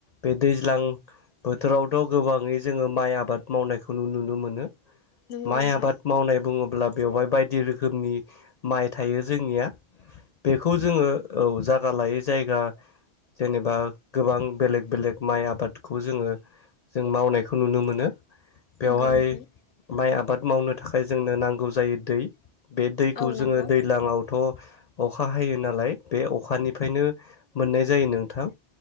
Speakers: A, on the left; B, on the left.
A: बे दैज्लां बोथोरावथ' गोबांङै जोंङो माइ आबाद मावनायखौ नुनो मोनो।
B: नंगौ
A: माइ
B: नोंथां
A: आबाद मावनाय बुंङो ब्ला बेवहाय बायदि रोखोमनि माइ थायो जोंनिया। बेखौ जोंङो औ जागा लायै जायगा जेनेबा गोबां बेलेग बेलेग माइ आबादखौ जोंङो जों मावनायखौ नुनो मोनो। बेवहाय
B: नंगौ नोंथां
A: माइ आबाद मावनो थाखाय जोंनो नांगौ जायो दै बे दैखौ
B: औ
A: जोंङो
B: नंगौ
A: दैज्लांङावथ' अखा हायो नालाय बे अखानिफ्रायनो मोननाय जायो नोंथां।